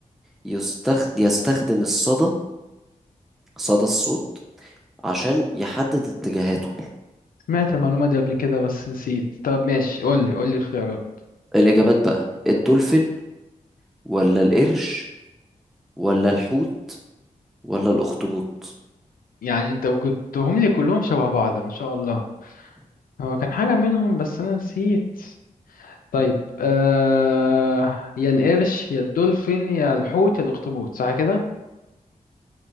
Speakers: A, in the centre; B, on the left.
A: يستخد... يستخدم الصدى صدى الصوت عشان يحدد اتجاهاته
B: سمعت المعلومة دي قبل كده بس نسيت طب ماشي قول لي قول لي الخيارات
A: الإجابات بقى الدولفين ولا القرش ولا الحوت ولا الأخطبوط
B: يعني انت جبتهم لي كلهم شبه بعض ما شاء الله هو كان حاجة منهم بس انا نسيت طيب آه... يا القرش يا الدولفين يا الحوت يا الاخطبوط صح كده